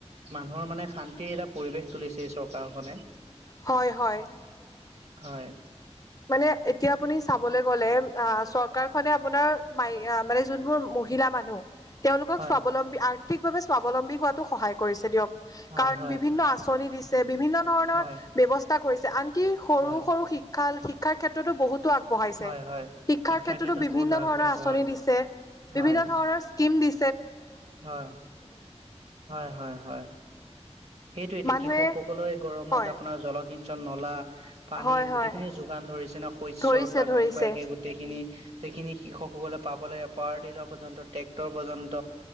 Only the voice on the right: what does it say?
মানুহৰ মানে শান্তিৰ এটা পৰিৱেশ তুলিছে এই চৰকাৰখনে।
হয়।
হয়
হয়
হয়
হয়
হয়
হয় হয়
ক্ষেত্ৰত
বহুত আগবাঢ়িছে
হয়
হয়
হয়, হয় হয় হয়। সেইটো এতিয়া
কৃষক সকলোৰে গৰমত
আপোনাৰ জলসিঞ্চন, নলা পানী
গোটেইখিনি
যোগান ধৰিছে ন শস্য
উৎপাদনৰ
পৰা একে গোটেইখিনি সেইখিনি কৃষকসকলে পাব লাগে পাৱাৰ টিলাৰ পৰ্যন্ত, ট্ৰেক্টৰ পৰ্যন্ত